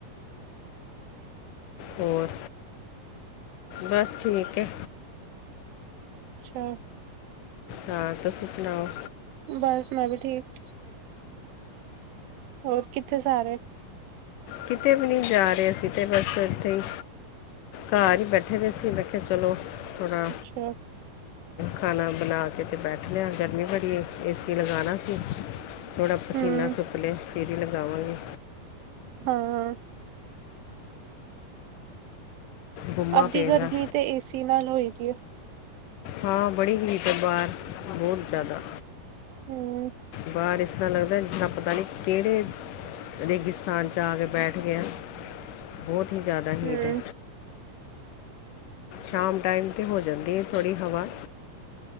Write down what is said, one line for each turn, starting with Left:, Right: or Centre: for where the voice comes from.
Left: ਹੋਰ, ਬਸ ਠੀਕ ਏ।
Right: ਅੱਛਾ।
Left: ਹਾਂ ਤੁਸੀ ਸੁਣਾਓ?
Right: ਬਸ ਮੈਂ ਵੀ ਠੀਕ। ਹੋਰ ਕਿੱਥੇ ਸਾਰੇ?
Left: ਕਿਤੇ ਵੀ ਨੀ ਜਾ ਰੇ ਅਸੀਂ ਤੇ ਬਸ ਏਥੇ ਈ ਘਾਰ ਈ ਬੈਠੇ ਵੇ ਸੀ ਮੈਂ ਖੇਆ ਚਲੋ ਥੋੜਾ
Right: ਅੱਛਾ
Left: ਖਾਣਾ ਬਣਾ ਕੇ ਤੇ ਬੈਠ ਦੇ ਆ ਗਰਮੀਂ ਬੜੀ ਏ ਸੀ ਲਗਾਣਾ ਸੀ ਥੋੜਾ ਪਸੀਨਾ
Right: ਹੂੰ
Left: ਸੁੱਕ ਲੇ ਫੇਰ ਈ ਲਗਾਵਾਂਗੇ।
Right: ਹਾਂ।
Left: ਗੁੰਮਾ
Right: ਅੱਧੀ
Left: ਪਏਗਾ
Right: ਗਰਮੀ ਤੇ ਏ ਸੀ ਨਾਲ ਹੋਈ ਦੀ ਏ।
Left: ਹਾਂ ਬੜੀ ਹੀਟ ਏ ਬਾਰ ਬੋਤ ਜਿਆਦਾ।
Right: ਹੂੰ।
Left: ਬਾਰ ਇਸ ਤਰ੍ਹਾਂ ਲੱਗਦਾ ਜਿਨਾ ਪਤਾ ਨੀ ਕੇੜੇ ਰੇਗਿਸਤਾਨ 'ਚ ਆ ਕੇ ਬੈਠ ਗੇ ਆ ਬਹੁਤ ਈ ਜਿਆਦਾ ਹੀਟ
Right: ਹੂੰ
Left: ਏ। ਸ਼ਾਮ ਟਾਈਮ 'ਤੇ ਹੋ ਜਾਂਦੀ ਏ ਥੋੜੀ ਹਵਾ।